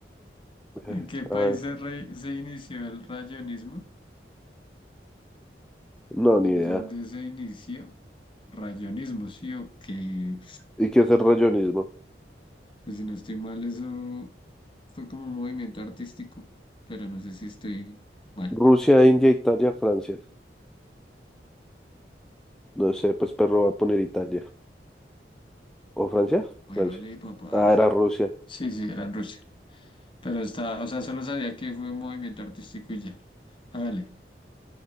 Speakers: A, on the left; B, in the centre.
A: ¿En
B: Eh,
A: qué país
B: A ver,
A: se, re- se inició el rayonismo?
B: no, ni
A: ¿En
B: idea.
A: dónde se inició? Rayonismo, sí, o que
B: ¿Y qué es el rayonismo?
A: Pues si no estoy mal, eso. Fue como un movimiento artístico, pero no sé si estoy mal.
B: Rusia, India, Italia, Francia. No sé, pues perro va a poner Italia. ¿O Francia?
A: Oye,
B: Francia.
A: vale, papá.
B: Ah, era Rusia.
A: Sí, sí, era en Rusia. Pero estaba, o sea, solo sabía que fue un movimiento artístico y ya. Hágale.